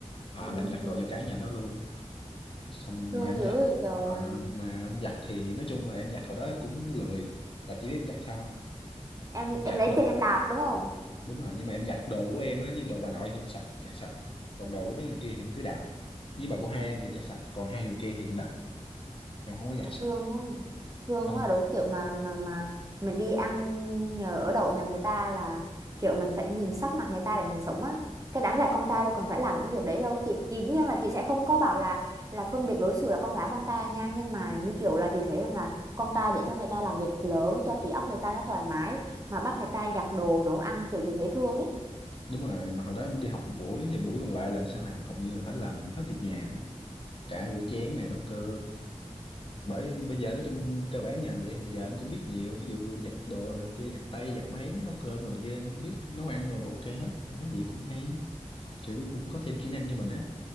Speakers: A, on the left; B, on the right.
A: à,
B: ừ
A: làm
B: ừ
A: giặt
B: ừ
A: đồ cho cả nhà đó luôn xong
B: thương
A: mà em
B: dữ
A: giặt
B: vậy trời
A: ờ, mà em giặt thì nói chung là em giặt hồi đó em cũng lười là chỉ biết em giặt sao không
B: em
A: em giặt
B: em lấy
A: đồ
B: chân em đạp đúng không
A: đúng rồi nhưng mà em giặt đồ của em á với đồ bà nội thì em sạch giặt sạch còn đồ của mấy người kia thì em cứ đạp với bà của hai em thì em giặt sạch còn hai người kia thì em đạp em không có giặt
B: à,
A: sạch
B: thương quá thương
A: xong
B: quá đúng kiểu mà mà mà mình đi ăn nhờ ở đậu nhà người ta là kiểu mình phải nhìn sắc mặt người ta để mình sống á cái đáng lẽ con trai đâu cần phải làm những việc đấy đâu chị chị dĩ nhiên là chị sẽ không có bảo là là phân biệt đối xử là con gái con trai nha nhưng mà như kiểu là chị thấy rằng là con trai để cho người ta làm việc lớn cho trí óc người ta nó thoải mái mà bắt người ta giặt đồ nấu ăn kiểu chị thấy thương ấy
A: đúng rồi mà hồi đó em đi học một buổi thì buổi còn lại là em sẽ làm hầu như là phải làm hết việc nhà á. cả rửa chén này nấu cơm bởi bây giờ nói chung cơ bản nhờ vậy thì giờ em cũng biết nhiều ví dụ giặt đồ này kia giặt tay giặt máy nấu cơm rồi này kia em cũng biết nấu ăn rồi ok hết em thấy vậy cũng hay kiểu cũng có thêm kỹ năng cho mình á